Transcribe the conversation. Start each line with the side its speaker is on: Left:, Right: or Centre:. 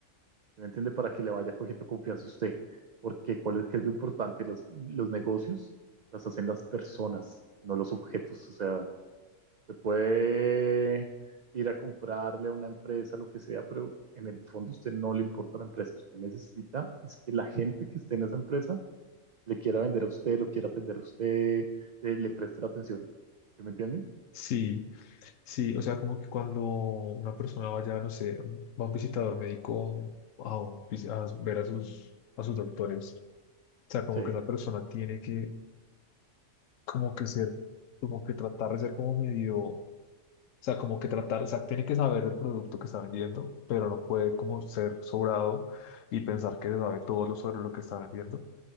Right: ¿Sí ¿Me entiende? Para que le vaya cogiendo confianza a usted. Porque ¿cuál es, qué es lo importante? Los, los negocios las hacen las personas, no los objetos. O sea, se puede ir a comprarle a una empresa, lo que sea, pero en el fondo a usted no le importa la empresa. Usted necesita es que la gente que esté en esa empresa le quiera vender a usted, lo quiera atender a usted, le, le preste la atención. ¿Sí ¿Me entiende?
Left: Sí, sí, o sea, como que cuando una persona vaya, no sé, va a un visitador médico a, un vis- a ver a sus, a sus doctores, o sea, como
Right: Sí,
Left: que esa persona tiene que, como que ser, como que tratar de ser como medio O sea, como que tratar, o sea, tiene que saber el producto que está vendiendo, pero no puede como ser sobrado y pensar que se sabe todo lo sobre lo que está vendiendo.